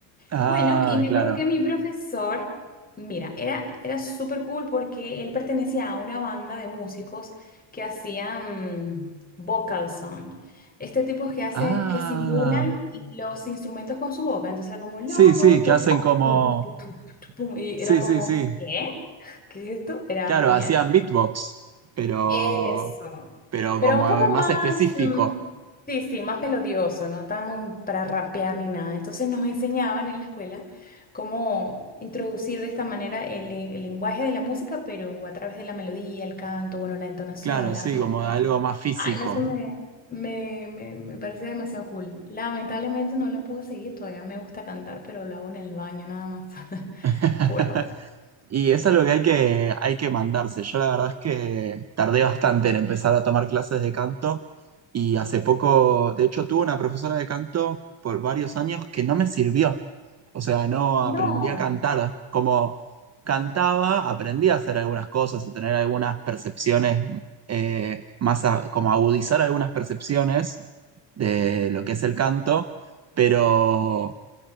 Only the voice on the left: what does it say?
Bueno, y me
acuerdo que mi profesor, mira, era, era súper cool porque él pertenecía a una banda de músicos que hacían mm, vocal son. Este tipo que hacen,
que simulan los instrumentos con su boca. Entonces era como, lo,
lo,
to,
pum, tu, pum", y
era como,
¿qué? ¿Qué es esto? Era
genial.
Eso.
Pero
un poco
más,
mm, sí, sí, más melodioso, no tan para rapear ni nada. Entonces nos enseñaban en la escuela cómo introducir de esta manera el, el lenguaje de la música, pero a través de la melodía, el canto, bueno, la entonación,
la
afinación.
Ay, no, eso me, me, me, me parecía demasiado cool. Lamentablemente no la pude seguir todavía. Me gusta cantar, pero lo hago en el baño nada más, <laughs>
por ahora.
No,